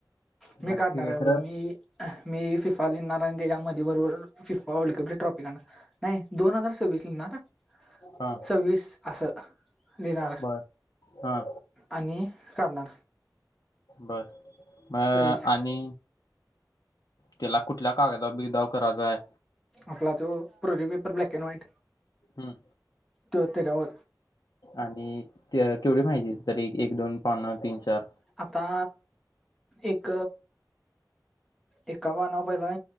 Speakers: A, in the centre; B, on the left.
A: <inaudible> मी
B: बर
A: काढणार
B: ठीक आहे
A: आहय बग
B: खरं
A: मी मी फिक लहिणार आणि त्याच्या बरोबर फिफा वर्ल्ड कप ची ट्रॉफी काढणार नाही दोन हजार सव्वीस लिहिणार.
B: हा
A: सव्वीस अस लिहणार
B: बर हा
A: आणि काढणार
B: बर. अ
A: सव्वीस
B: आणि. त्याला कुठल्या कागदावर बिगदाव करायचाय
A: आपला तो project paper black and white
B: हम्म
A: त तेज्यावर.
B: आणि ते केवढी माहिती तरी एक दोन पान तीन चार
A: आता एक एका पानावर पहिला